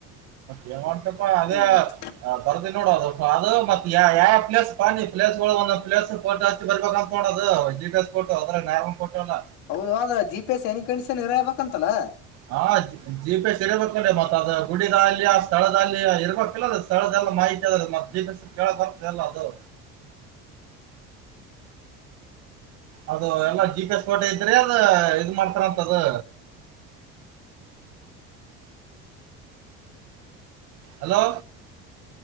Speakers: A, on the right; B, on the left.
A: ಏನ್ ಮಾಡ್ತಪ್ಪಾ ಅದೇ
B: ಮತ್
A: ಬರ್ದಿ ನೋಡ ಅದು ಅದು ಮತ್ತ ಯಾವ ಪ್ಲೇಸ್ ಪ ಪ್ಲೇಸ್ ಒಂದು ಪ್ಲೇಸ್ ಹಚ್ಚಿ ಬರ್ಬೇಕ ಅಂತ ನೋದಡು ಜಿ ಪಿ ಎ ಫೋಟೋ ಅದ್ರ ನಾರ್ಮಲ್ ಫೋಟೋ ಅಲ್ಲ
B: ಹೌದು ಅದ ಜಿ ಪಿ ಎಸ್ ಏನಕ್ಕೆ <unintelligible>
A: ಹಾ ಜಿ ಪಿ ಎಸ್ ಇರ್ಬೇಕೀ ಮತ್ ಅದ ಗುಡಿದ ಅಲ್ಲಿ ಆ ಸ್ಥಳದ ಅದಲ್ಲಿಯ ಇರ್ಬೇಕಿಲ್ಲ ಸ್ಥಳದಲ್ಲ ಮಾಹಿತಿ ಅದು ಮತ್ತ್ ಜಿ ಪಿ ಸ್ ಕೇಳ ಬರಲ್ಲ ಅದು ಅದು ಎಲ್ಲಾ ಜಿ ಪಿ ಎಸ್ ಕೋಟೆ ಅದು ಇದ್ರೆ ಮಾಡ್ತಾರಂತ ಅದು ಹಲೋ